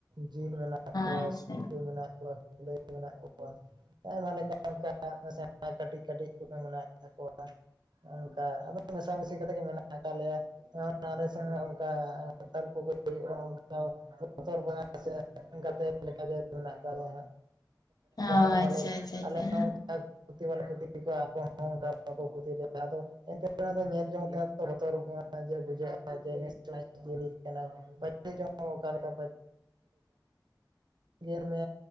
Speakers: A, on the right; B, on the left.
A: ᱡᱤᱞ ᱢᱮᱱᱟᱜ ᱠᱚᱣᱟ
B: ᱟᱪᱪᱷᱟ
A: ᱥᱩᱠᱨᱤ ᱾ ᱢᱮᱱᱟᱜ ᱠᱚᱣᱟ ᱠᱩᱞᱟᱹᱭ ᱢᱮᱱᱟᱜ ᱠᱚᱣᱟ ᱟᱭᱢᱟ ᱞᱮᱠᱟ ᱾ ᱚᱱ ᱚᱱᱠᱟ ᱥᱮᱬᱟ ᱥᱮᱬᱟ ᱠᱟᱹᱴᱤᱡ ᱠᱟᱹᱴᱤᱡ ᱠᱚ ᱢᱮᱱᱟᱜ ᱛᱟᱠᱚᱣᱟ ᱾ ᱚᱱᱠᱟ ᱟᱫᱚ ᱢᱮᱥᱟ ᱢᱤᱥᱤ ᱠᱟᱛᱮᱫ ᱜᱮ ᱢᱮᱱᱟᱜ ᱟᱠᱟᱫ ᱞᱮᱭᱟ ᱾ ᱟᱞᱮ ᱥᱮᱱ ᱦᱚᱸ ᱚᱱᱠᱟ ᱛᱟᱨᱩᱵᱽ ᱠᱚᱠᱚ ᱦᱤᱡᱩᱜ ᱠᱟᱱᱟ ᱚᱱᱠᱟ ᱥᱮ ᱜᱟᱛᱮ ᱞᱮᱠᱟᱜᱮ ᱢᱮᱱᱟᱜ ᱟᱠᱟᱫᱟ
B: ᱚ
A: ᱦᱟᱸᱜ
B: ᱟᱪᱪᱷᱟ
A: ᱵᱟᱞᱮ
B: ᱟᱪᱪᱷᱟ ᱟᱪᱪᱷᱟ
A: ᱟᱞᱮ ᱦᱚᱸ ᱵᱟᱞᱮ ᱠᱷᱚᱛᱤ ᱠᱚᱣᱟ ᱟᱠᱚ ᱦᱚᱸ ᱚᱱᱠᱟ ᱵᱟᱠᱚ ᱠᱷᱚᱛᱤ ᱞᱮᱭᱟ ᱟᱫᱚ ᱮᱱᱛᱮ ᱚᱱᱟ ᱫᱚ ᱧᱮᱞ ᱡᱚᱝ ᱛᱮ ᱵᱚᱛᱚᱨ ᱜᱮ ᱵᱩᱡᱷᱟᱹᱜᱼᱟ ᱡᱮ ᱯᱟᱪᱮᱫ ᱪᱚᱝ ᱚᱠᱟ ᱞᱮᱠᱟ ᱜᱮᱮᱫ ᱢᱮ